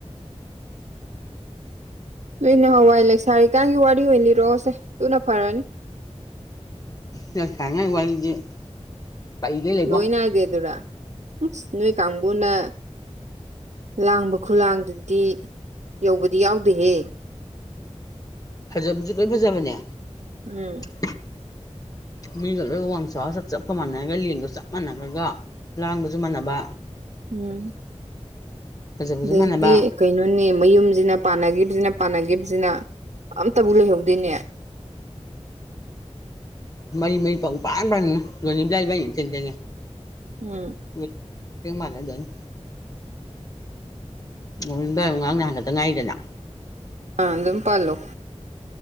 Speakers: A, on the right; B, on the left.
A: ꯅꯣꯏ ꯅꯍꯥꯟꯋꯥꯏ ꯂꯩꯁꯥꯔꯤꯀꯥꯟꯒꯤ ꯋꯥꯔꯤ ꯑꯣꯏꯅ ꯂꯤꯔꯛꯑꯣꯁꯦ ꯑꯗꯨꯅ ꯐꯔꯅꯤ
B: ꯂꯩꯁꯥꯔꯤꯉꯩ ꯋꯥꯔꯤꯗꯤ ꯄꯩꯒꯩ ꯂꯩꯕꯣ
A: ꯂꯣꯏ ꯅꯥꯏꯗꯦꯗꯨꯔ ꯑꯁ ꯅꯣꯏ ꯀꯥꯡꯕꯨꯅ ꯂꯥꯡꯕ ꯈꯨꯂꯥꯡꯗꯨꯗꯤ ꯌꯧꯕꯗꯤ ꯌꯥꯎꯗꯦꯍꯦ
B: ꯐꯖꯕꯁꯨ ꯂꯣꯏ ꯐꯖꯕꯅꯦ
A: ꯎꯝ
B: <inaudible> ꯃꯤꯒ ꯂꯣꯏ ꯋꯥꯡ ꯆꯥꯎ ꯆꯞ ꯆꯞꯀ ꯃꯥꯟꯅꯔꯒ ꯂꯦꯡꯒ ꯆꯞ ꯃꯥꯟꯅꯔꯒ ꯂꯥꯡꯕꯁꯨ ꯃꯥꯟꯅꯕ
A: ꯎꯝ
B: ꯐꯖꯕꯁꯨ
A: ꯑꯗꯩꯗꯤ
B: ꯃꯥꯟꯅꯕ
A: ꯀꯩꯅꯣꯅꯦ ꯃꯌꯨꯝꯁꯤꯅ ꯄꯥꯟꯅꯈꯤꯕꯁꯤꯅ ꯄꯥꯟꯅꯈꯤꯕꯁꯤꯅ ꯑꯝꯇꯕꯨ ꯂꯩꯍꯧꯗꯦꯅꯦ
B: ꯃꯔꯤ ꯃꯔꯤ ꯄꯪꯄꯥꯟ ꯄꯥꯟꯅꯩ ꯔꯣꯅꯤꯕꯂꯥ ꯏꯕꯥꯅꯤꯅ ꯏꯊꯦꯡ ꯊꯦꯡꯉꯦ
A: ꯎꯝ
B: <unintelligible> ꯃꯥꯟꯅꯗꯣꯏꯅꯦ <unintelligible> ꯉꯔꯥꯡ ꯅꯍꯥꯟ ꯈꯛꯇ ꯉꯥꯏꯔꯤꯗꯅ
A: ꯑꯪ ꯑꯗꯨꯝ ꯄꯜꯂꯣ